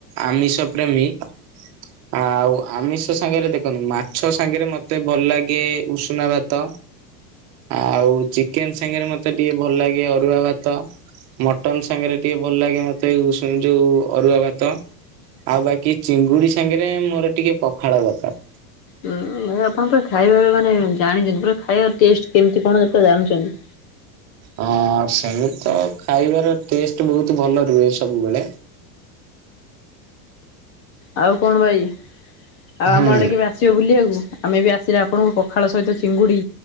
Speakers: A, on the right (about 30°); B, on the left (about 25°).
A: ଆମିଷ ପ୍ରେମୀ। ଆଉ ଆମିଷ ସାଙ୍ଗରେ ଦେଖନ୍ତୁ ମାଛ ସାଙ୍ଗରେ ମତେ ଭଲ ଲାଗେ ଉଷୁନା ଭାତ। ଆଉ ଚି କେନ ସାଙ୍ଗରେ ମତେ ଟିକେ ଭଲ ଲାଗେ ଅରୁଆ ଭାତ, ମଟନ ସାଙ୍ଗରେ ଟିକେ ଭଲ ଲାଗେ ମ ଏ ଉ ଯୋଉ ଅରୁଆ ଭାତ। ଆଉ ବାକି ଚିଙ୍ଗୁଡି ସାଙ୍ଗରେ ମୋର ଟିକେ ପଖାଳ ଦରକାର।
B: ହୁଁ ଭାଇ ଆପଣ ପୁରା ଖାଇବା ମାନେ ଜାଣିଛନ୍ତି ପୁରା ଖାଇବା ଟେଷ୍ଟ କେମିତି କଣ ପୁରା ଜାଣିଛନ୍ତି।
A: ହଁ ସେମି ତ ଖାଇବାର ଟେଷ୍ଟ ବହୁତ ଭଲ ରୁହେ ସବୁବେଳେ।
B: ଆଉ କଣ ଭାଇ ଆଉ
A: ହୁଁ।
B: ଆମ ଆଡେ କେବେ ଆସିବ ବୁଲିବାକୁ ଆମେ ବି ଆସିଲେ ଆପଣଙ୍କୁ ପଖାଳ ସହିତ ଚିଙ୍ଗୁଡି